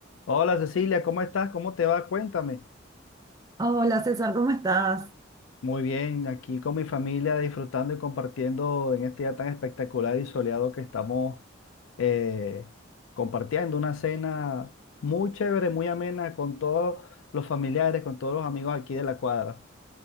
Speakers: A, on the left; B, on the right.
A: Hola Cecilia, ¿cómo estás? ¿Cómo te va? Cuéntame.
B: Ah, Hola César, ¿cómo estás?
A: Muy bien, aquí con mi familia disfrutando y compartiendo en este día tan espectacular y soleado que estamos eh, compartiendo una cena muy chévere, muy amena con todos los familiares, con todos los amigos aquí de la cuadra.